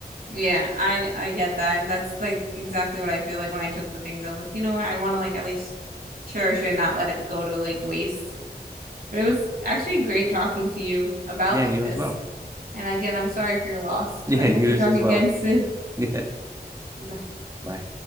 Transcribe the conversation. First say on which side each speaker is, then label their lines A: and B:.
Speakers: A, on the right; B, on the right.
A: Yeah, I I get that. That's like exactly what I feel like when I took the things. I'm like, you know what? I want to like at least cherish it and not let it go to like waste. But it was actually great talking to you about
B: Yeah,
A: like
B: you
A: this.
B: as well.
A: And again, I'm sorry for your loss,
B: Yeah,
A: but I hope
B: you
A: we talk
B: as
A: again
B: well.
A: soon.
B: <laughs> Yeah,
A: <laughs> Bye.
B: bye.